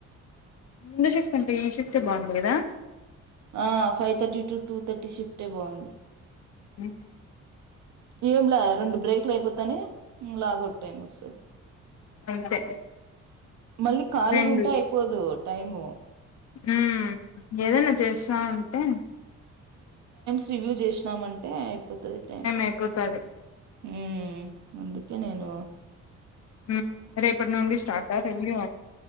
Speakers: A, on the left; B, on the right.
A: ముందు షిఫ్ట్ అంటే ఈ షిఫ్ట్ బాగుంది కదా
B: ఆ five thirty to two thirty shift బాగుంది
A: ఉమ్
B: ఏం లా రెండు బ్రేక్లు అయిపోతానే లాగౌట్ టైం వస్తుంది
A: అంతే
B: మళ్ళీ ఖాళీగా
A: రెండు
B: ఉంటే అయిపోదు టైము
A: ఉమ్ ఏదైనా చేస్తా అంటే
B: సివిల్ చేసినామంటే అయిపోతుంది టైం
A: అయిపోతది
B: ఉమ్ అందుకే నేను
A: హ రేపటి నుండి స్టార్ట ఆ రివ్యూ